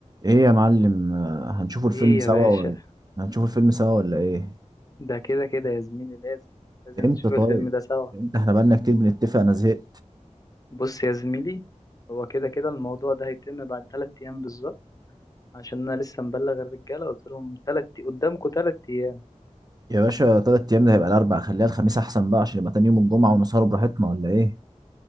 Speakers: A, on the right; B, on the left.
A: ايه يا معلم آه، هنشوفوا الفيلم
B: ايه
A: سوا
B: يا باشا
A: ولا هنشوفوا الفيلم سوا ولا ايه
B: ده كده كده يا زميلي لازم لازم
A: امتى
B: نشوف
A: طيب
B: الفيلم ده سوا
A: امتى احنا بقالنا كتير بنتفق انا زهقت
B: بص يا زميلي هو كده كده الموضوع ده هيتم بعد تلات ايام بالظبط عشان انا لسه مبلغ الرجاله قلت لهم تلات قدامكم تلات ايام
A: يا باشا تلات ايام ده هيبقى الاربع خليها الخميس احسن بقى عشان يبقى تاني يوم الجمعة ونسهروا براحتنا ولا ايه